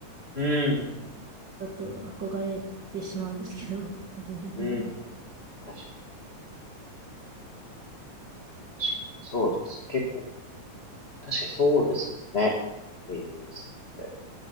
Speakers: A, on the left (about 50°); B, on the right (about 50°).
A: うん。
B: ちょっと憧れてしまうんですけど、<laughs> 個人的には。
A: うん確かに、確かに。そうです。結構、確かにそうですよね。声優さんって。